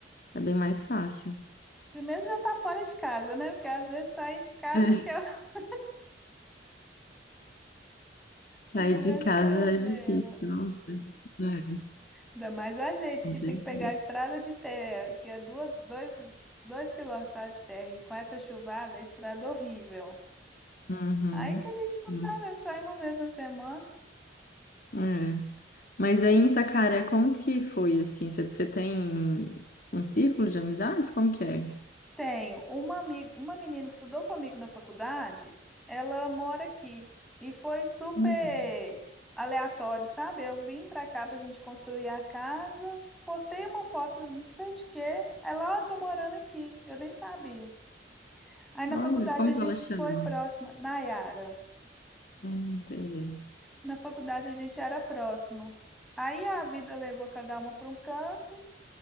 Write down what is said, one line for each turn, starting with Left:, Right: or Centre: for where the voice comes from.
Left: É bem mais fácil.
Centre: Primeiro já tá fora de casa, né? Porque às vezes sair de casa
Left: É,
Centre: que é <laughs>
Left: sair
Centre: um grande
Left: de casa
Centre: problema.
Left: é difícil, não? É,
Centre: Ainda mais a gente
Left: com
Centre: que
Left: certeza.
Centre: tem que pegar a estrada de terra, que é duas, dois, dois quilômetros de estrada de terra, e com essa chuvada, a estrada é horrível.
Left: Uhum,
Centre: Aí que a gente
Left: sim.
Centre: não sai mesmo, sai uma vez na semana.
Left: É. Mas aí em Itacaré, como que foi assim? Você você tem um círculo de amizades? Como que é?
Centre: Tenho uma amiga, uma menina que estudou comigo na faculdade, ela mora aqui. E foi super
Left: Hum,
Centre: aleatório, sabe? Eu vim pra cá pra gente construir a casa, postei uma foto, não sei de quê. Aí lá, "Ah, tô morando aqui, eu nem sabia. Aí na
Left: Olha,
Centre: faculdade
Left: como
Centre: a gente
Left: que ela chama?
Centre: foi próxima, Nayara.
Left: Hum, entendi.
Centre: Na faculdade a gente era próximo. Aí a vida levou cada uma para um canto.